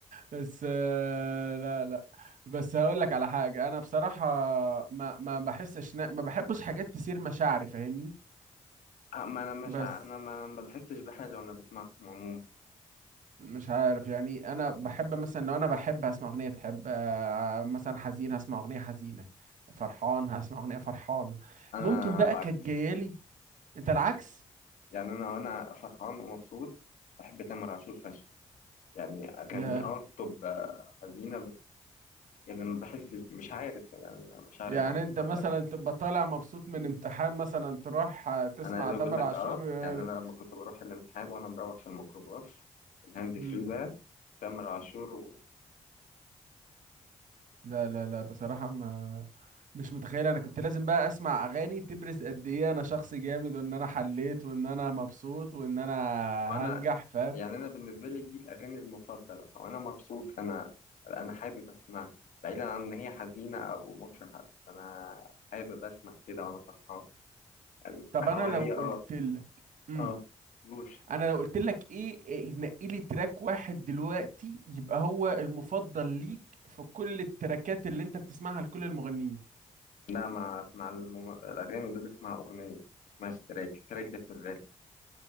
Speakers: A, on the right; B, on the left.
A: بس آه، لا لا بس هقول لك على حاجه انا بصراحه ما ما بحسش نا- ما بحبش حاجات تثير مشاعري فاهمني
B: آه، ما انا مش
A: بس
B: ع- انا ما أنا ما بحسش بحاجه وانا بسمعهم عموما
A: مش عارف يعني انا بحب مثلا لو انا بحب هسمع اغنيه تحب آه، مثلا حزين هسمع اغنيه حزينه فرحان هسمع اغنيه فرحانه
B: انا
A: ممكن بقى
B: العكس
A: كانت جايه لي انت العكس
B: يعني انا وانا فرحان ومبسوط بحب تامر عاشور فشخ يعني اغانيه
A: ياه
B: اه بتبقى حزينه بس يعني ما بحسش مش عارف يعني مشاعري
A: يعني
B: باظت
A: انت
B: ولا
A: مثلا
B: ايه
A: تبقى طالع مبسوط من امتحان مثلا تروح آه، تسمع
B: انا عايز اقول
A: تامر
B: لك
A: عاشور
B: اه
A: آه،
B: يعني انا لما كنت بروح الامتحان وانا مروح في الميكروباص الهاند
A: مم.
B: فري بقى تامر عاشور و...
A: لا لا لا بصراحة ما مش متخيل انا كنت لازم بقى اسمع اغاني تبرز قد ايه انا شخص جامد وان انا حليت وان انا مبسوط وان انا
B: وانا
A: هنجح فاهم
B: يعني انا بالنسبه لي دي الاغاني المفضله فانا مبسوط انا انا حابب اسمعها بعيدا عن ان هي حزينه او مفرحه بس انا حابب اسمع كده وانا فرحان يعني
A: طب
B: اه
A: انا لو
B: هي
A: قلت
B: اه
A: لك امم
B: اه جوش
A: انا لو قلت لك ايه إيه، نقي لي تراك واحد دلوقتي يبقى هو المفضل ليك في كل التراكات اللي انت بتسمعها لكل المغنيين
B: لا ما اسمع المم... الاغاني دول اسمها اغنيه ما اسمهاش تراك التراك ده في الراب